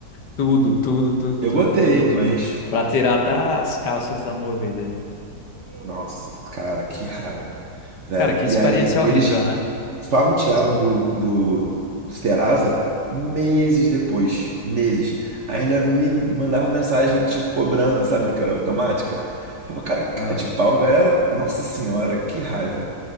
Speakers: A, on the left; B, on the right.
A: Tudo, tudo, tudo,
B: Eu
A: tudo,
B: botei,
A: tudo,
B: mas
A: tudo. Pra tirar até as calças da movida. hein?
B: Nossa, cara, que raiva, velho.
A: Cara, que
B: E
A: experiência
B: aí, eles
A: horrível, né?
B: só me tiraram do, do, do Serasa meses depois, meses. Ainda me mandavam mensagem, tipo, cobrando, sabe, cara, automática. Eu Falava, cara, que
A: Aham.
B: cara de pau, galera. Nossa senhora, que raiva,